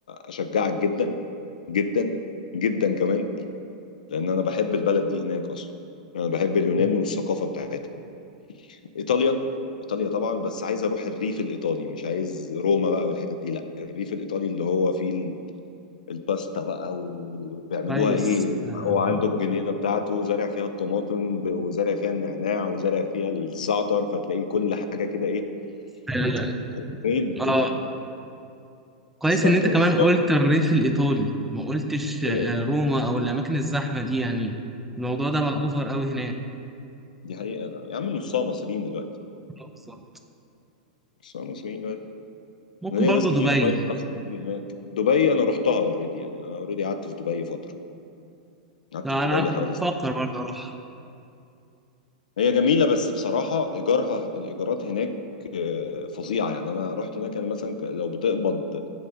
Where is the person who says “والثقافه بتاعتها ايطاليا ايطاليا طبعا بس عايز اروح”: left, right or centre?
Left